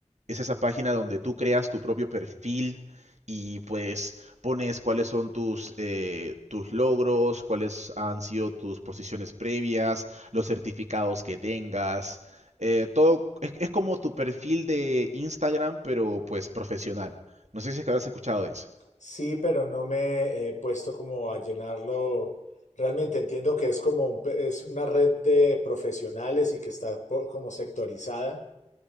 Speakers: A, on the right; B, on the left.
A: Es esa página donde tú creas tu propio perfil y pues pones cuáles son tus, eh, tus logros, cuáles han sido tus posiciones previas, los certificados que tengas. eh, todo es, es como tu perfil de Instagram, pero pues profesional. No sé si es que habrás escuchado de eso.
B: Sí, pero no me he puesto como a llenarlo. Realmente entiendo que es como un pe- es una red de profesionales y que está po- como sectorizada.